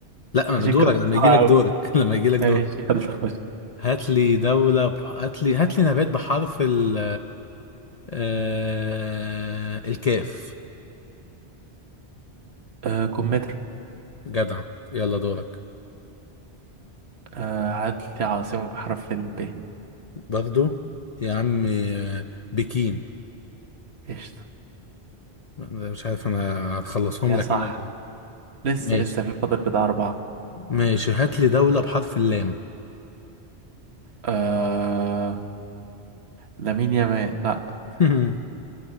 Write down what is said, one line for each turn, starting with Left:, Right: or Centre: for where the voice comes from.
Left: لا ما
Right: أشك
Left: بدورك
Right: بسرعة
Left: لما يجي لك
Right: أوي
Left: دورك <laughs> لما يجي لك
Right: ماشي
Left: دورك
Right: يلا خش
Left: هات لي دوله بح... هات لي هات لي نبات بحرف ال آه الكاف
Right: آه كمثرى
Left: جدع يلا دورك
Right: آه عدل عاصمة بحرف ال ب
Left: برضو يا عم آه، بكين
Right: قشطة
Left: مش عارف انا هخلصهم
Right: يا
Left: لك
Right: صح
Left: انا ولا إيه.
Right: لسه
Left: ماشي
Right: لسه في فاضل بتاع أربعة
Left: ماشي هات لي دولة بحرف اللام
Right: آه لامين يامال لأ
Left: <laughs>